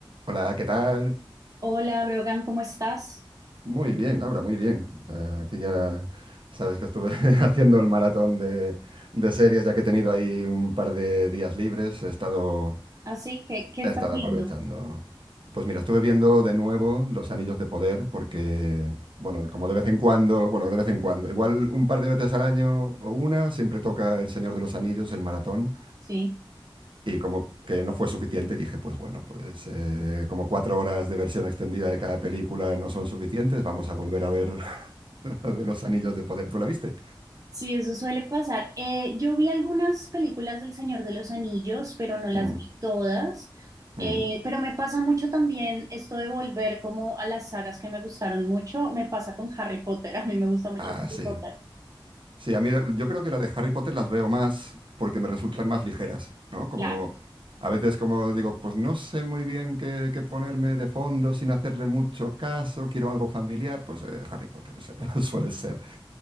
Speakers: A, on the right; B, on the right.
A: Hola, ¿qué tal?
B: Hola, Brogan, ¿cómo estás?
A: Muy bien, Laura, muy bien. O sea, aquí ya sabes que estuve <laughs> haciendo el maratón de, de series, ya que he tenido ahí un par de días libres, he estado,
B: Así, ¿qué, qué
A: he
B: estás
A: estado
B: viendo?
A: aprovechando. Pues mira, estuve viendo de nuevo Los Anillos de Poder porque, bueno, como de vez en cuando, bueno, de vez en cuando, igual un par de veces al año o una, siempre toca El Señor de los Anillos, el maratón.
B: Sí,
A: Y como que no fue suficiente, dije, pues bueno, pues eh, como cuatro horas de versión extendida de cada película no son suficientes, vamos a volver a ver <laughs> la de los anillos de poder. ¿Tú la viste?
B: sí, eso suele pasar. Eh, yo vi algunas películas del Señor de los Anillos, pero no las
A: Mm,
B: vi todas.
A: mm.
B: Eh, pero me pasa mucho también esto de volver como a las sagas que me gustaron mucho. Me pasa con Harry Potter. <laughs> A mí me gusta mucho
A: Ah,
B: Harry
A: sí.
B: Potter.
A: Sí, a mí la- yo creo que las de Harry Potter las veo más porque me resultan más ligeras, ¿no? Como
B: Claro.
A: a veces como digo, pues no sé muy bien qué, qué ponerme de fondo sin hacerle mucho caso, quiero algo familiar, pues eh, Harry Potter o sea, <laughs> suele ser